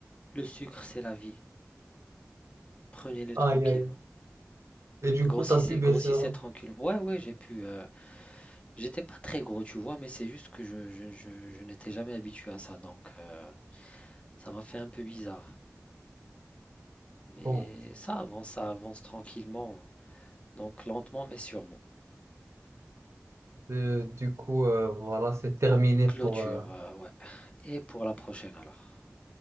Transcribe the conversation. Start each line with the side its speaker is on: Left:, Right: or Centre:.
Left: Le sucre, c'est la vie. Prenez-le tranquillement.
Right: Aïe, aïe. Et du
Left: Grossissez,
Right: coup, t'as pu baisser.
Left: grossissez
Right: hein.
Left: tranquillement. Ouais, ouais, j'ai pu, euh, J'étais pas très gros, tu vois, mais c'est juste que je, je- je- je n'étais jamais habitué à ça, donc euh, ça m'a fait un peu bizarre. Mais
Right: Bon,
Left: ça avance, ça avance tranquillement, donc lentement mais sûrement.
Right: euh, du coup, euh, voilà, c'est terminé
Left: En clôture,
Right: pour. euh,
Left: euh, ouais. Et pour la prochaine alors.